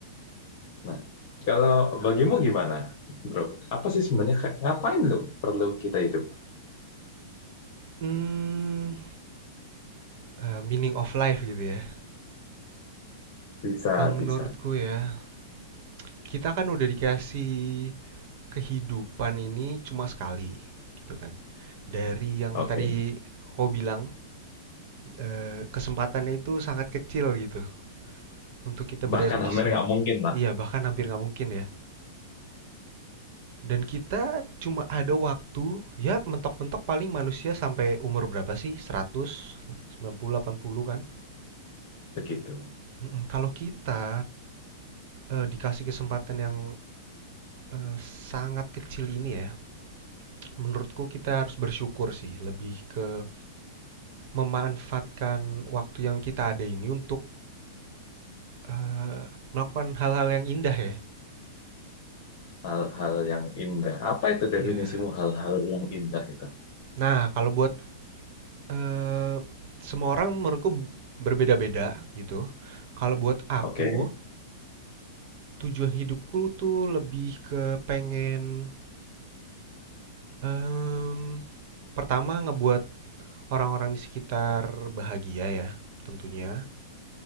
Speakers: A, on the left; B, on the right.
A: Nah, kalau bagimu gimana, bro? Apa sih sebenarnya kayak ngapain lu perlu kita hidup?
B: Hmm, eh, meaning of life gitu ya.
A: Bisa,
B: Kalau menurutku
A: bisa.
B: ya, kita kan udah dikasih kehidupan ini cuma sekali, gitu kan. Dari yang
A: Oke,
B: tadi kau bilang, eh, kesempatannya itu sangat kecil gitu untuk kita berada
A: bahkan
B: di
A: hampir
B: sini.
A: nggak mungkin lah,
B: Iya, bahkan hampir nggak mungkin ya. Dan kita cuma ada waktu, ya mentok-mentok paling manusia sampai umur berapa sih? seratus, sembilan puluh, delapan puluh kan?
A: begitu.
B: Mhm, kalau kita, eee, dikasih kesempatan yang, eee, sangat kecil ini ya, menurutku kita harus bersyukur sih, lebih ke memanfaatkan waktu yang kita ada ini untuk, eee, melakukan hal-hal yang indah ya.
A: Hal-hal yang indah. Apa itu definisimu
B: Iya.
A: hal-hal yang indah itu?
B: Nah, kalau buat, eee, semua orang menurutku berbeda-beda gitu. Kalau buat aku,
A: Oke,
B: tujuan hidupku tuh lebih ke pengen, mmm, pertama ngebuat Orang-orang di sekitar bahagia ya, tentunya.